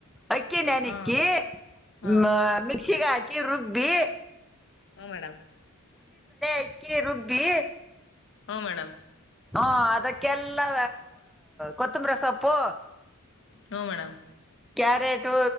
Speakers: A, in the centre; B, on the left (about 60°).
A: ಅಕ್ಕಿ ನೆನಕ್ಕಿ
B: ಹಾ ಹಾ
A: ಮ ಮಿ ಕ್ಸಿಗಾ ಕಿರುಬ್ಬಿ
B: ಹುಂ ಮೇಡಮ್.
A: ಅಕ್ಕಿ ರುಬ್ಬಿ
B: ಹುಂ ಮೇಡಮ್.
A: ಹಾ ಅದಕ್ಕೆಲ್ಲಾ ಕೊತ್ತಂಬರಿ ಸೊಪ್ಪು
B: ಹ್ಮು ಮೇಡಮ್.
A: ಕ್ಯಾರೆಟು